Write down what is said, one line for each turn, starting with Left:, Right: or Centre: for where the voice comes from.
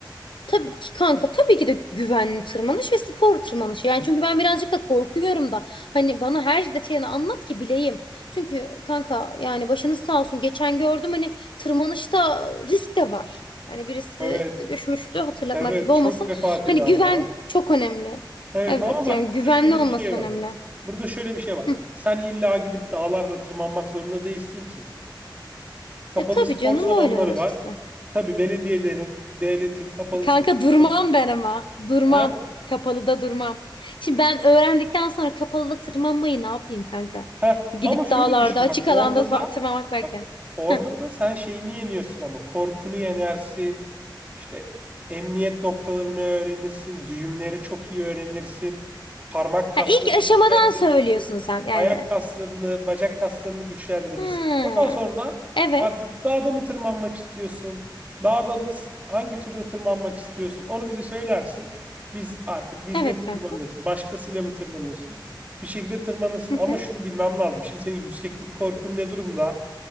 Left: Tabii ki kanka tabii ki de güvenli tırmanış ve spor tırmanışı. Yani çünkü ben birazcık da korkuyorum da hani bana her detayını anlat ki bileyim. Çünkü kanka yani başınız sağ olsun geçen gördüm hani tırmanışta risk de var. Hani birisi
Right: Evet,
Left: düşmüştü hatırlatmak
Right: evet
Left: gibi
Right: çok
Left: olmasın.
Right: vefat eden
Left: Hani güven
Right: var.
Left: çok önemli.
Right: Evet
Left: Evet
Right: ama bak
Left: yani
Right: burada
Left: güvenli
Right: şöyle
Left: olması
Right: bir şey var.
Left: önemli.
Right: Burada şöyle bir şey var.
Left: Hı.
Right: Sen illa gidip dağlarda tırmanmak zorunda değilsin ki. Kapalı
Left: E tabii
Right: spor
Left: canım
Right: salonları
Left: öyle orası.
Right: var. Tabii belediyelerin, devletin kapalı
Left: Kanka
Right: spor
Left: durmam
Right: salonları.
Left: ben ama. Durmam.
Right: Ha?
Left: Kapalıda durmam. Şimdi ben öğrendikten sonra kapalıda tırmanmayı ne yapayım kanka?
Right: Heh,
Left: Gidip
Right: ama şöyle
Left: dağlarda,
Right: düşün
Left: açık
Right: bak
Left: alanda
Right: orada
Left: <laughs> ba-
Right: da
Left: tırmanmak varken.
Right: bak orada
Left: Heh.
Right: da sen şeyini yeniyorsun ama korkunu yenersin. İşte emniyet noktalarını öğrenirsin, düğümleri çok iyi öğrenirsin. Parmak kaslarını
Left: Ha, ilk aşamadan
Right: güçlendirirsin.
Left: söylüyorsun sen yani.
Right: Ayak kaslarını, bacak kaslarını güçlendirirsin.
Left: Ha.
Right: Ondan sonra
Left: Evet.
Right: artık dağda mı tırmanmak istiyorsun? Dağda nasıl hangi türde tırmanmak istiyorsun? Onu bize söylersin. Biz artık bizle
Left: Evet
Right: mi tırmanıyorsun?
Left: kanka.
Right: Başkasıyla mı tırmanıyorsun? bir şekilde tırmanırsın.
Left: Hı hı.
Right: Ama şunu bilmem lazım. Şimdi senin yükseklik korkun ne durumda?